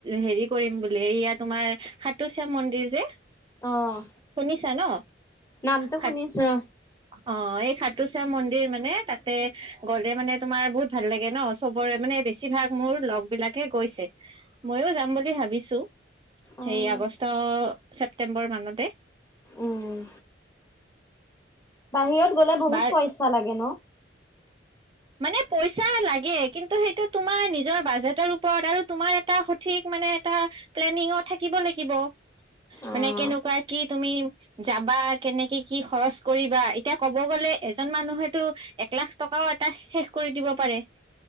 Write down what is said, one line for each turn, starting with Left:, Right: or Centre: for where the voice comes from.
Right: হেৰি কৰিম বুলি এইয়া তোমাৰ সাত তুচা মন্দিৰ যে
Left: অ',
Right: শুনিছা ন
Left: নামটো
Right: সাত
Left: শুনিছো
Right: অ এই সাতুচ্যাম মন্দিৰ মানে তাতে গলে মানে তোমাৰ বহুত ভাল লাগে ন চবৰে মানে বেছিভাগ মোৰ লগ বিলাকে গৈছে ময়ও যাম বুলি ভাবিছো
Left: অ',
Right: সেই আগষ্ট ছেপ্তেম্বৰ মানতে
Left: উম বাহিৰত গ'লে বহুত
Right: বাৰ
Left: পইচা লাগে ন
Right: মানে পইচা লাগে কিন্তু সেইটো তোমাৰ নিজৰ বাজেটৰ ওপৰত আৰু তোমাৰ এটা সঠিক মানে এটা প্লেনিঙত থাকিব লাগিব
Left: অ',
Right: মানে কেনেকুৱা কি তুমি যাবা কেনেকে কি খৰচ কৰিবা এতিয়া ক'ব গ'লে এজন মানুহেতো এক লাখ টকাও এটা শেষ কৰি দিব পাৰে